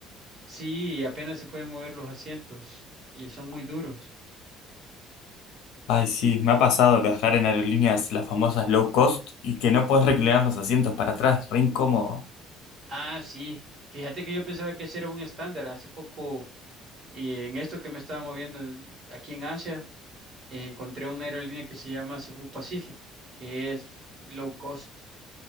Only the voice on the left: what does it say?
Ay, sí, me ha pasado de viajar en aerolíneas, las famosas low cost, y que no podés reclinar los asientos para atrás, re incómodo.